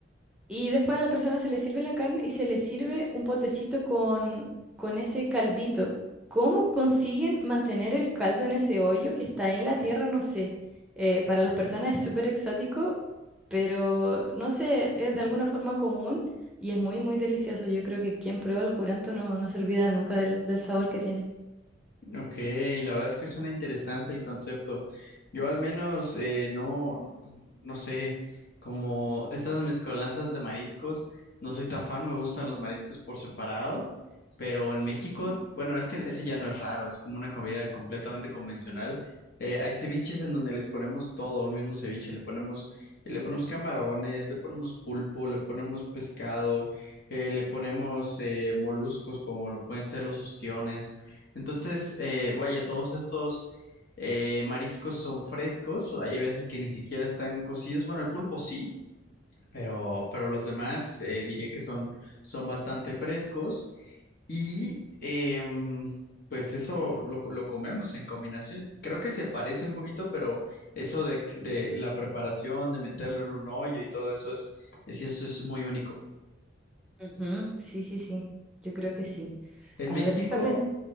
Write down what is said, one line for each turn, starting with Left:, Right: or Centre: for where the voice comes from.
Centre: Y después a la persona se le sirve la carne y se le sirve un potecito con, con ese caldito. ¿Cómo consiguen mantener el caldo en ese hoyo que está en la tierra? No sé. Eh, para las personas es súper exótico, pero no sé, es de alguna forma común y es muy, muy delicioso. Yo creo que quien prueba el curanto no, no se olvida nunca del, del sabor que tiene.
Left: Ok, la verdad es que suena interesante el concepto. Yo al menos eh, no, no sé, como estas mezcolanzas de mariscos, no soy tan fan, me gustan los mariscos por separado, pero en México,
Centre: Ujú.
Left: bueno, es que ese ya no es raro, es como una comida completamente convencional. Eh, hay ceviches en donde les ponemos todo, un mismo ceviche, le ponemos, le ponemos camarones, le ponemos pulpo, le ponemos pescado, eh, le ponemos eh, moluscos como lo pueden ser los ostiones. Entonces, eh, vaya, todos estos eh, mariscos son frescos, hay veces que ni siquiera están cocidos, bueno, el pulpo sí, pero, pero los demás eh, diría que son, son bastante frescos y em, pues eso lo, lo comemos en combinación. Creo que se parece un poquito, pero eso de, de la preparación, de meterle en un hoyo y todo eso es, es, eso es muy único.
Centre: Ujú, Sí, sí, sí. Yo creo que sí.
Left: En
Centre: A
Left: México,
Centre: ver, deja pensar.